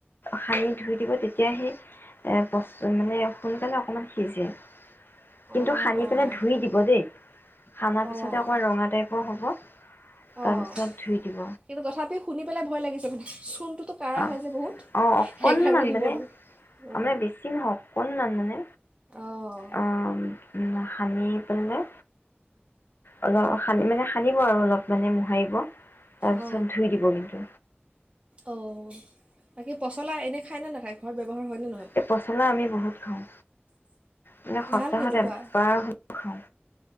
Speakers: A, on the left; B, on the right.
A: সানি ধুই দিব তেতিয়াই সোনকালে বস্তু মানে সোনকালে অকমান সিজে কিন্তু
B: অঁ
A: সানি
B: অঁ
A: মিলাই ধুই দিব দেই সানা পিছতে
B: অঁ
A: অক ৰঙা টাইপ হ'ব তাৰপিছত
B: অঁ
A: ধুই দিব
B: কিন্তু তথাপি শুনি পেলাই ভয় লাগিছে মানে কাঢ়া
A: অ
B: হয় যে বহুত
A: অ অকনমান
B: সেইকাৰণে দিব
A: মানে
B: নোৱাৰোঁ
A: অ মানে বেছি নহওক অকনমান মানে
B: অঁ
A: অ উ সানি পেলাই অলপ সানি মানে সানিব আৰু অলপ মানে মোহাৰিব তাৰপিছত
B: অ
A: ধুই দিব কিন্তু
B: অ বাকী পচলা এনেই খায় ন নাখায়। ঘৰত ব্যৱহাৰ হয়নে নহয়
A: এই পচলা আমি বহুত খাওঁ। মানে সপ্তাহত
B: ভাল কিন্তু খোৱা
A: এবাৰ হে খাওঁ